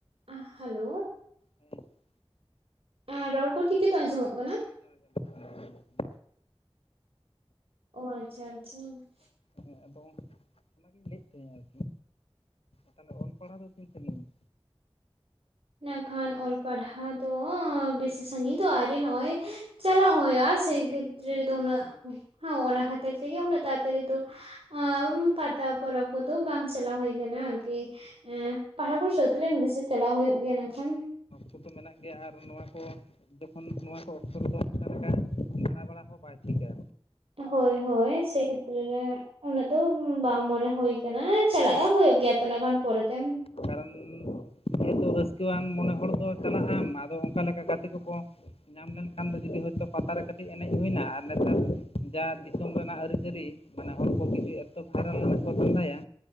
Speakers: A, on the right; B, on the left.
A: ᱟ ᱦᱮᱞᱳ
B: ᱦᱮᱸ
A: ᱮᱸᱻ ᱨᱚᱲ ᱠᱚ ᱴᱷᱤᱠ ᱜᱮᱛᱚ ᱟᱸᱡᱚᱢᱚᱜ ᱠᱟᱱᱟ?
B: <inaudible>
A: ᱚ ᱟᱪᱪᱷᱟ ᱟᱪᱪᱷᱟ ᱾
B: ᱦᱮᱸ ᱟᱫᱚ ᱚᱱᱟᱜᱤᱧ ᱞᱟᱹᱭᱮᱫ ᱛᱟᱦᱮᱸᱱᱟ ᱟᱨᱠᱤ ᱛᱟᱦᱚᱞᱮ ᱚᱞ ᱯᱟᱲᱦᱟᱣ ᱫᱚ ᱛᱤᱱ <unintelligible>
A: ᱤᱱᱟᱹ ᱠᱷᱟᱱ ᱚᱞ ᱯᱟᱲᱦᱟᱣ ᱫᱚᱻ ᱵᱮᱥᱤ ᱥᱟᱺᱜᱤᱧ ᱛᱚ ᱟᱹᱣᱨᱤ ᱱᱚᱜᱼᱚᱭ ᱪᱟᱞᱟᱜ ᱦᱩᱭᱩᱜᱼᱟ ᱥᱮ ᱠᱷᱮᱛᱨᱮ ᱫᱚ ᱩᱱᱟᱹᱜ ᱦᱚᱸ ᱚᱱᱟ ᱠᱷᱟᱹᱛᱤᱨ ᱛᱮᱜᱮ ᱩᱱᱟᱹᱜ ᱛᱟᱲᱟᱛᱟᱹᱲᱤ ᱫᱚ ᱟᱻ ᱯᱟᱛᱟ ᱯᱚᱨᱚᱵᱽ ᱠᱚᱫᱚ ᱵᱟᱝ ᱪᱟᱞᱟᱣ ᱦᱩᱭ ᱟᱠᱟᱱᱟ ᱟᱨᱠᱤ᱾ ᱮ ᱯᱟᱲᱦᱟᱣ ᱠᱚ ᱥᱟᱹᱛ ᱞᱮᱱ ᱜᱮᱥᱮ ᱪᱟᱞᱟᱣ ᱦᱩᱭᱩᱜ ᱜᱮᱭᱟ ᱤᱱᱟᱹ ᱠᱷᱟᱱ ᱾
B: ᱠᱚᱫᱚ ᱢᱮᱱᱟᱜ ᱜᱮᱭᱟ ᱟᱨ ᱱᱚᱣᱟ ᱠᱚ ᱡᱚᱠᱷᱚᱱ ᱱᱚᱣᱟ ᱠᱚ ᱚᱠᱛᱚ ᱨᱮᱫᱚ ᱚᱱᱠᱟ ᱞᱮᱠᱟ ᱫᱟᱬᱟ ᱵᱟᱲᱟ ᱦᱚᱸ ᱵᱟᱭ ᱴᱷᱤᱠᱟ᱾
A: ᱦᱚᱭ ᱦᱚᱭ ᱥᱮᱭ ᱠᱷᱮᱛᱨᱮ ᱨᱮ ᱩᱱᱟᱹᱜ ᱫᱚ ᱵᱟᱝ ᱢᱚᱱᱮ ᱦᱩᱭ ᱟᱠᱟᱱᱟ ᱪᱟᱞᱟᱜᱼᱟ ᱦᱩᱭᱩᱜ ᱜᱮᱭᱟ ᱛᱤᱱᱟᱹᱜ ᱜᱟᱱ ᱯᱚᱨᱮᱛᱮ ᱾
B: ᱠᱟᱨᱚᱱ ᱡᱮᱦᱮᱛᱩ ᱨᱟᱹᱥᱠᱟᱹᱣᱟᱱ ᱢᱚᱱᱮ ᱦᱚᱲ ᱫᱚ ᱪᱟᱞᱟᱜ ᱟᱢ ᱟᱫᱚ ᱚᱱᱠᱟ ᱞᱮᱠᱟ ᱜᱟᱛᱮ ᱠᱚᱠᱚ ᱧᱟᱢ ᱞᱮᱱᱠᱷᱟᱱ ᱫᱚ ᱡᱩᱫᱤ ᱦᱚᱭᱛᱳ ᱯᱟᱛᱟ ᱨᱮ ᱠᱟᱹᱴᱤᱡ ᱮᱱᱮᱡ ᱦᱩᱭᱱᱟ ᱟᱨ ᱱᱮᱛᱟᱨ ᱡᱟ ᱫᱤᱥᱚᱢ ᱨᱮᱱᱟᱜ ᱟᱹᱨᱤᱪᱟᱹᱞᱤ ᱢᱟᱱᱮ ᱦᱚᱲ ᱠᱚ ᱠᱤᱪᱷᱩ ᱮᱛᱚ ᱵᱷᱟᱭᱨᱟᱞ ᱠᱚ ᱫᱷᱟᱸᱫᱷᱟᱭᱟ᱾